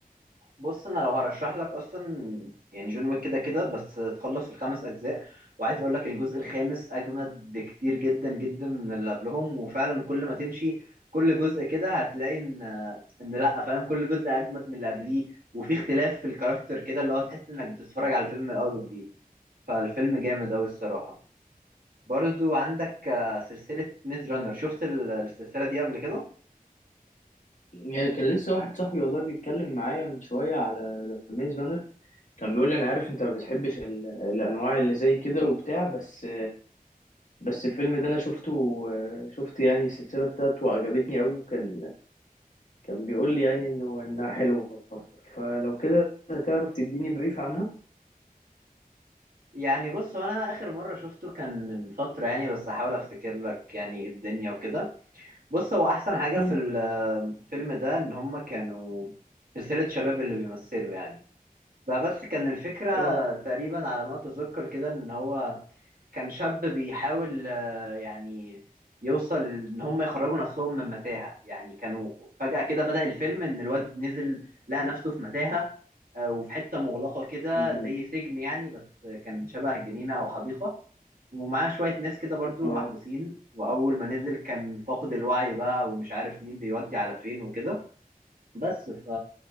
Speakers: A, on the right (about 70°); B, on the left (about 55°).
A: بص انا لو هرشح لك اصلا يعني جون ويك كده كده بس تخلص الخمس اجزاء وعايز اقول لك الجزء الخامس اجمد بكتير جدا جدا من اللي قبلهم وفعلا كل ما تمشي كل جزء كده هتلاقي ان ان لا فاهم كل جزء اجمد من اللي قبليه وفي اختلاف في الكاركتر كده اللي هو تحس انك بتتفرج على الفيلم من الاول وجديد فالفيلم جامد اوي الصراحة برضو عندك آه، سلسلة ميز رانر شفت ال- السلسلة دي قبل كده
B: يعني كان لسه واحد صاحبي والله بيتكلم معايا من شوية على ذا ميز رانر كان بيقول لي أنا عارف أنت ما بتحبش ال- الأنواع اللي زي كده وبتاع بس بس الفيلم ده أنا شفته شفت يعني السلسلة بتاعته وعجبتني أوي وكان كان بيقول لي يعني إنه إنها حلوة فلو كده تعرف تديني بريف عنها
A: يعني بص هو انا اخر مره شفته كان من فتره يعني بس احاول افتكر لك يعني الدنيا وكده بص هو احسن حاجه
B: مم.
A: في الفيلم ده ان هم كانوا سلسله شباب اللي بيمثلوا يعني بقى بس كان الفكره
B: اه
A: تقريبا على ما اتذكر كده ان هو كان شاب بيحاول آه، يعني يوصل ان هم يخرجوا نفسهم من متاهة يعني كانوا فجأة كده بدأ الفيلم ان الواد نزل لقى نفسه في متاهة آه، وفي حتة مغلقة كده
B: امم
A: زي سجن يعني بس كان شبه جنينة او حديقة ومعاه شوية ناس كده برضو
B: اه
A: محبوسين وأول ما نزل كان فاقد الوعي بقى ومش عارف مين بيودي على فين وكده بس ف